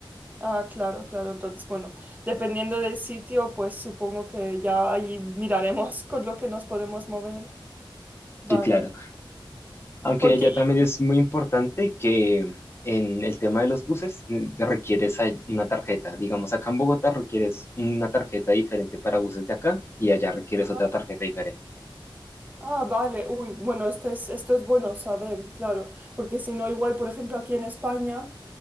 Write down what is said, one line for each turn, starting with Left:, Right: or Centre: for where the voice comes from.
Right: Ah, claro, claro. Entonces, bueno, dependiendo del sitio, pues supongo que ya ahí miraremos <laughs> con lo que nos podemos mover. Vale.
Left: Sí, claro. Aunque
Right: Porque...
Left: allá también es muy importante que en el tema de los buses eh, requieres a- una tarjeta. Digamos, acá en Bogotá requieres una tarjeta diferente para buses de acá y allá requieres
Right: Ajá.
Left: otra tarjeta diferente.
Right: Ah, vale. Uy, bueno, este es, esto es bueno saber, claro. Porque si no, igual, por ejemplo, aquí en España,